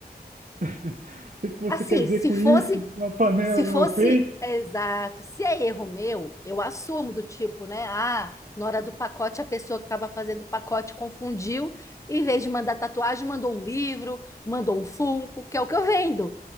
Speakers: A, on the right; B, on the left.
A: <laughs> O que que você
B: Assim,
A: quer dizer
B: se
A: com
B: fosse,
A: isso? Uma panela
B: se
A: no
B: fosse
A: meu peito?
B: é, exato, se é erro meu, eu assumo do tipo, né? Ah, na hora do pacote, a pessoa que estava fazendo o pacote confundiu, em vez de mandar tatuagem, mandou um livro, mandou um Funko, que é o que eu vendo.